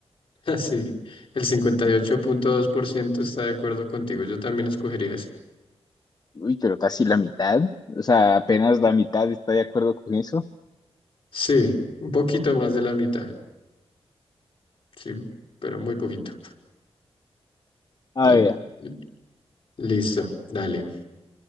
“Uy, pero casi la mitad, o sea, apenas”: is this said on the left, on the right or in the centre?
Left